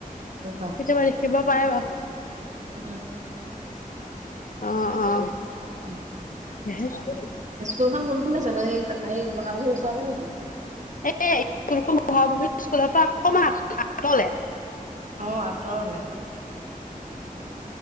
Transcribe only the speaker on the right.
বুবাই
উম
হম
স্কুলখন কোনখিনিত আছিলনো সেই এই বহাগ বিহুৰ ওচৰতে নেকি
অহ আঁতৰলে। অহ